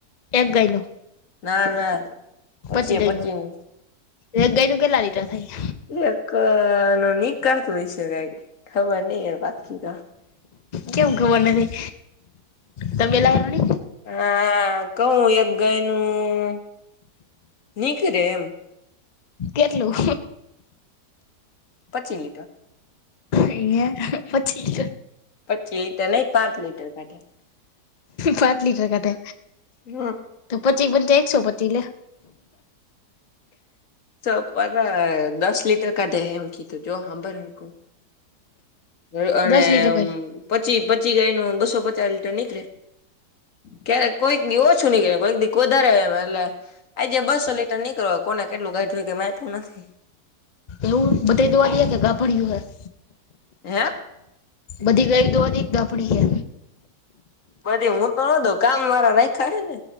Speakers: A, on the left (about 65°); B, on the left (about 50°).
A: એક ગાય નું
B: ના -ના. પચીએ
A: પચી ગયેલો
B: નું
A: એક ગાય નુ કેટલા લીટર થાય.
B: એક નો નિકાત હોય છે. ખબર ની એ બાકી તો.
A: કેમ ખબર નથી. તબેલા વારો નઈ.
B: હમ્મ, કવું એક ગાયનું નીકરે એમ.
A: કેટલું.
B: પચી લીટર.
A: એઈયા પછી જ
B: પચી લીટર નહિ, પાંચ લીટર કાઢ્યા.
A: પાંચ લીટર કરાતે
B: હમ
A: તો પચી બન એકસો પચી લે.
B: ચો પારે તો દસ લીટર કાળે એકી જો હાંભડ હરકુ. અહ અને
A: દસ લીટર કાઢે
B: પચી પચી ગાયનું બસો પચાસ લીટર નીકળે. કે કોઈક એવો છું, નહી કરે કોઈક દી વધારે એ લે આજે બસો લીટર નીકળો હો કોને કેટલું ગાઈઢ જોયું કે આપ્યું નથી.
A: એવું બધા દવા દયા કે કા ભળય્યું હ
B: હે?
A: બધી ગાય દોહ દે દાફણી હે?
B: બધી હું પણ વધ કામ વાળા રાખા છે ને